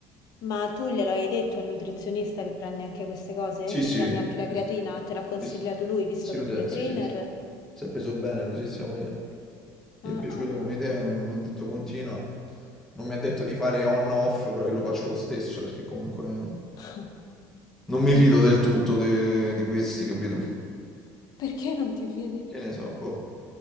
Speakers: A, on the left (about 55°); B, in the centre.
A: Ma tu glielo hai detto al nutrizionista che prendi anche queste cose?
B: Sì,
A: Che
B: sì,
A: prendi anche la
B: sì,
A: creatina?
B: sì,
A: Te l'ha consigliato
B: sì,
A: lui, visto
B: sì,
A: che
B: lui
A: è pure
B: si è
A: trainer?
B: sì, sì, lo sa. Si è preso bene, lui sì, sì, ha voglia. Gli
A: Ah,
B: è piaciuta
A: ah,
B: come
A: ah,
B: idea,
A: ah.
B: mi mi ha detto continua. Non mi ha detto di fare on-off, però io lo faccio lo stesso, perché comunque...
A: <laughs>
B: Non
A: Ok.
B: mi fido del tutto de di questi, capito?
A: Perché non ti fidi?
B: Che ne so, boh.